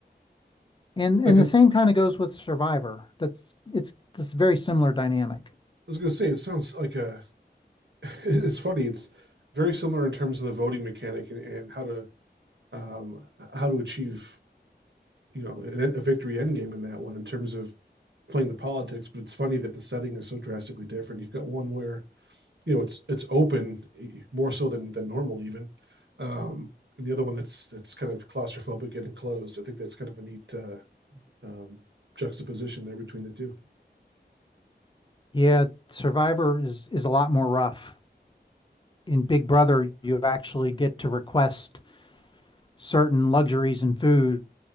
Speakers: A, on the left; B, on the right.
A: And and
B: Like it's,
A: the same
B: I
A: kind of goes with Survivor. That's it's this very similar dynamic.
B: was going to say, it sounds like a, <laughs> it's funny. It's very similar in terms of the voting mechanic and, and how to, um, how to achieve, you know, a, a victory end game in that one in terms of playing the politics. But it's funny that the setting is so drastically different. You've got one where, you know, it's, it's open eh, more so than, than normal even. Um, and the other one that's, that's kind of claustrophobic and enclosed. I think that's kind of a neat, uh, um, juxtaposition there between the two.
A: Yeah, Survivor is is a lot more rough. In Big Brother, you actually get to request certain luxuries and foods